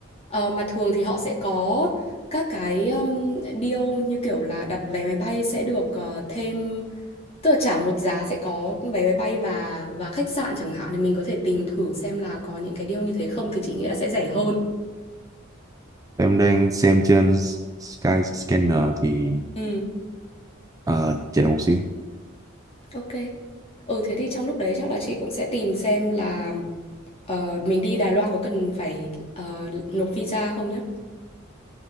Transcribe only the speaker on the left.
Ờ, mà thường thì họ sẽ có các cái um, deal như kiểu là đặt vé máy bay sẽ được ờ, thêm tức là trả một giá sẽ có vé máy bay và và khách sạn chẳng hạn thì mình có thể tìm thử xem là có những cái deal như thế không thì chị nghĩ là sẽ rẻ hơn.
Ừ,
ok. Ừ thế thì trong lúc đấy chắc là chị cũng sẽ tìm xem là ờ, mình đi Đài Loan có cần phải ờ, nộp visa không nhá.